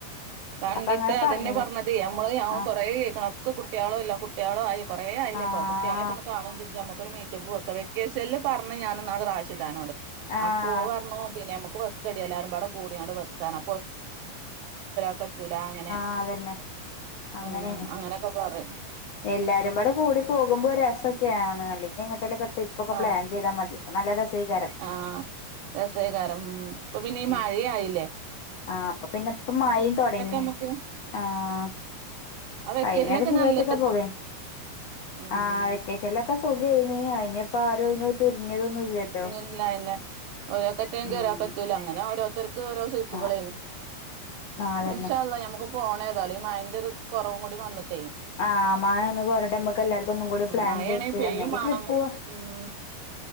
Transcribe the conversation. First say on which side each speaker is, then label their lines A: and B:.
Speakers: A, on the right (about 80°); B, on the left (about 75°).
A: കണ്ടിട്ട്
B: അപ്പൊ അങ്ങനെ
A: അതന്നെ
B: പറഞ്ഞീന്
A: പറഞ്ഞത് നമ്മള്
B: ആഹ്
A: കൊറ കണക്ക് കുട്ടികളോ ഇല്ല കുട്ടികളോ ആയി കുറെ ആയില്ല
B: ആഹ്
A: ഇപ്പൊ കുട്ടേലൊക്കെ ഒന്ന് കാണു ചെജ്ജാ മ്മക്കൊരു പോത്തേ വെക്കേഷനിൽ പറഞ്ഞു ഞാനിന്നാല് റാഷിദനോട്
B: ആഹ്
A: അപ്പോ ഓള് പറഞ്ഞു പിന്നെ നമുക്ക് വെക്കടി എല്ലാരുംപാടെ കൂട്യണ്ട് വെക്കാറഞ്ഞ <unintelligible> തുല അങ്ങനെ
B: ആഹ് അതന്നെ അങ്ങനേണ്
A: ഉം അങ്ങനെയൊക്കെ പറയും
B: എല്ലാരും പാടെ കൂടി പോകുമ്പോ രസക്കെയാണ് അല്ലെങ്കിൽ എങ്ങട്ടേലൊക്കെ ട്രപ്പ്ക്കെ
A: ആഹ്
B: പ്ലാൻ ചെയ്താ മതി അപ്പ നല്ല രസയ്ക്കാരം
A: ആഹ് രസായികരം ഉം ഇപ്പൊ പിന്നെ ഈ
B: ഉം
A: മഴ ആയില്ലേ
B: ആഹ് അപ്പൊ പിന്നെ ഇപ്പ മായയും തൊടങ്ങി
A: നമ്മുക്ക്
B: ആഹ്
A: ആ വെക്കേഷനിലൊക്കെ
B: കഴിഞ്ഞൊക്കെ സുഖായിച്ചൊക്കെ
A: നല്ല
B: പോവേ
A: ഉം
B: ആ വെക്ക ചിലൊക്കെ സുഖംമായിന അനിപ്പൊ ആരോ അതിനോട്ട ഒരുങ്ങിയതൊന്നും ഇല്ലല്ലോ
A: ല്ലന്നെ ഓരോ കറ്റങ്കിൽ
B: ഉം
A: ഒരാ കറ്റൂല്ല അങ്ങനെ ഓരോത്തർക്ക് ഓരോ സുയ്‌പകലെന്നു
B: ആഹ് ആഹ് അതന്നെ
A: ഇൻശാഅല്ലാഹ്‌ ഞമ്മക്ക് പോണേതാലും ഈ മയിന്റെ ഒരു കുറവും കൂടി വന്നിട്ടേ
B: ആഹ് മയോന്ന് കൊറേട്ടെ ന്നിട്ട് അമ്മക്ക് എല്ലാർക്കും ഒന്നുംടി പ്ലാൻ
A: മഴയാണെങ്കി
B: ചെയ്ട്ട്
A: പെയ്യും
B: ഒന്നെങ്കി
A: മാണം
B: ട്രിപ്പ് പോവാ
A: ഉം